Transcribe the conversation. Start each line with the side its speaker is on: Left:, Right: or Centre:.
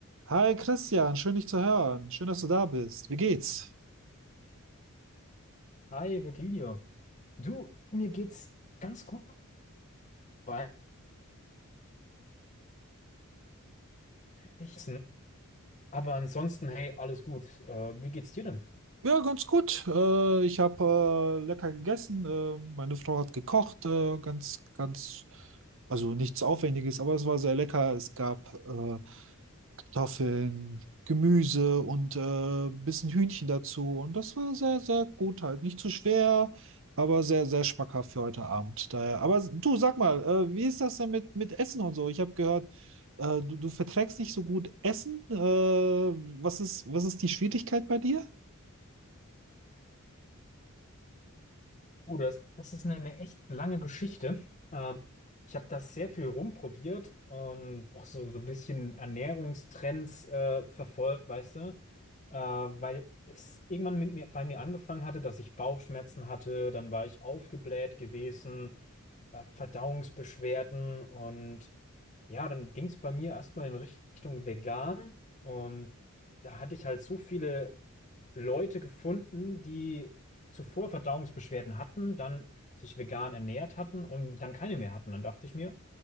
Right: Hi Christian, schön dich zu hören. Schön, dass du da bist. Wie geht's?
Left: Hi, Virgilio. Du, mir geht's ganz gut weit. Ich, aber ansonsten, hey, alles gut. Äh, wie geht's dir denn?
Right: Ja, ganz gut. Äh, ich habe äh, lecker gegessen. Äh, meine Frau hat gekocht. Äh, ganz, ganz, also nichts Aufwendiges, aber es war sehr lecker. Es gab äh, Kartoffeln, Gemüse und äh, ein bisschen Hühnchen dazu. Und das war sehr, sehr gut halt. Nicht zu schwer, aber sehr, sehr schmackhaft für heute Abend. Daher. Aber du, sag mal, äh, wie ist das denn mit, mit Essen und so? Ich habe gehört, äh, du, du verträgst nicht so gut Essen. Äh, was ist, was ist die Schwierigkeit bei dir?
Left: Oh, das, das ist eine, eine echt lange Geschichte. Ähm, ich habe das sehr viel rumprobiert und auch so, so ein bisschen Ernährungstrends äh, verfolgt, weißt du? Äh, weil es irgendwann mit mir, bei mir angefangen hatte, dass ich Bauchschmerzen hatte, dann war ich aufgebläht gewesen, äh, Verdauungsbeschwerden und Ja, dann ging es bei mir erstmal in Richtung vegan und da hatte ich halt so viele Leute gefunden, die zuvor Verdauungsbeschwerden hatten, dann sich vegan ernährt hatten und dann keine mehr hatten. Dann dachte ich mir,